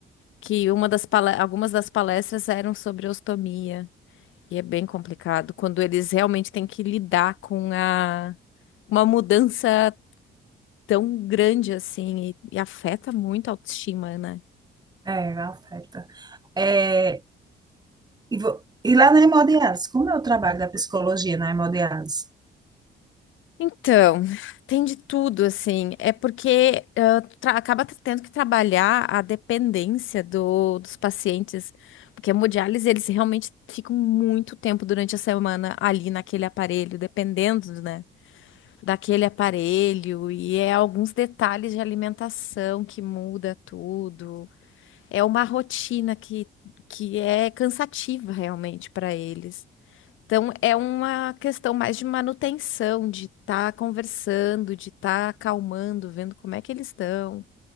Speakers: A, on the left; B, on the right.
A: que uma das pala- algumas das palestras eram sobre ostomia, e é bem complicado quando eles realmente têm que lidar com a, uma mudança tão grande assim e, e afeta muito a autoestima, né?
B: É, afeta. É, e, vo- e lá na hemodiálise, como é o trabalho da psicologia na hemodiálise?
A: Então, tem de tudo, assim. É porque ah, tu tra- acaba t- tendo que trabalhar a dependência do- dos pacientes, porque a hemodiálise, eles realmente ficam muito tempo durante a semana ali naquele aparelho, dependendo, né? daquele aparelho e é alguns detalhes de alimentação que muda tudo. É uma rotina que, que é cansativa realmente para eles. Então, é uma questão mais de manutenção, de estar conversando, de estar acalmando, vendo como é que eles estão,